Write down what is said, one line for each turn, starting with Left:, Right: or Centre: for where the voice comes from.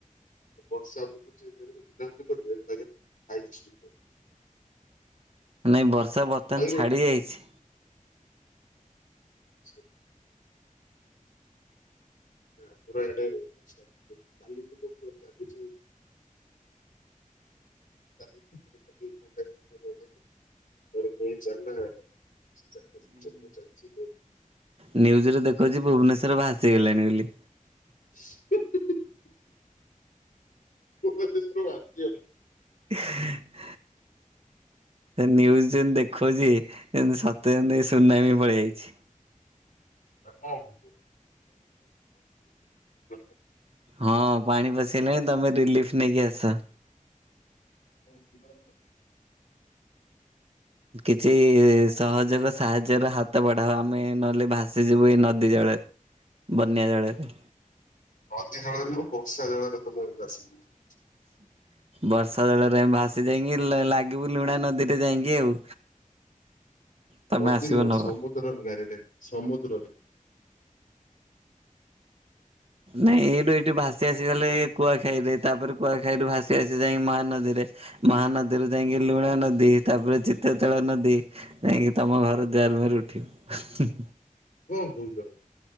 Left: ବର୍ଷା ପକଉଚି ଏବେ ଯଦି ବୁଲାବୁଲି କରିବେ <unintelligible> ଖାଇକି ଶୋଇବି। <inaudible>
Right: ନାଇଁ ବର୍ଷା ବର୍ତ୍ତମାନ
Left: ଖାଇବ
Right: ଛାଡ଼ିଯାଇଚି।
Left: ସେ ପେ ଆମର ଆରେ ବର୍ଷା ପକଉଚି କାଲି ପକଉଥିଲା ଆଜି ଟିକେ <unintelligible> <inaudible> କଣ <unintelligible>
Right: ନିଉଜ ରେ ଦେଖଛି ଭୁବନେଶ୍ଵର ଭାସି ଗଲାଣି ବୋଲି।
Left: <inaudible> ଭୁବନେଶ୍ୱର ଭାସି ଗଲା।
Right: ହ <inaudible> ସେ ନିନ୍ୟୁଜ ଯେମତି ଦେଖଉଛି, ଯେମତି ସତେ ଯେମିତି ସୁନାମି ପଳେଇ ଆଇଛି।
Left: କଣ କହୁଛୁ <inaudible>
Right: ହଁ ପାଣି ପଶିଗଲାଣି ତମେ ରିଲିଫ ନେଇକି ଆସ।
Left: <inaudible>
Right: କିଛି ସହଯୋଗ ସାହାଯ୍ୟର ହାତ ବଢାଅ ଆମେ ନହେଲେ ଭାସିଯିବୁ ଏଇ ନଦୀ ଜଳରେ। ବନ୍ୟା ଜଳରେ।
Left: ନଦୀ ଜଳରେ ନୁହଁ ବର୍ଷା ଜଳରେ ତମେ ଭାସି ଯିବ।
Right: ବର୍ଷା ଜଳରେ ଆମେ ଭାସି ଯାଇକି ଲାଗିବୁ ଲୁଣା ନଦୀରେ ଯାଇକି ଆଉ। ତମେ
Left: ନଦୀ
Right: ଆସିବ
Left: ନୁହ
Right: ନବ
Left: ସମୁଦ୍ରରେ ଡାଇରେକଟ ସମୁଦ୍ରରେ
Right: ନାଇଁ ଏଇଠୁ ଏଇଠୁ ଭାସି ଭାସିଗଲେ କୁଆଖାଇ ରେ ତାପରେ କୁଆଖାଇ ରୁ ଭାସି ଭାସି ଯାଇକି ମହାନଦୀରେ ମହାନଦୀରୁ ଯାଇକି ଲୁଣ ନଦୀ ତାପରେ ଚିତ୍ରତଳ ନଦୀ। ଯାଇଁକି ତମ ଘର ଦୁଆର ମୁହଁରେ ଉଠିବୁ।
Left: କଣ କହୁଛ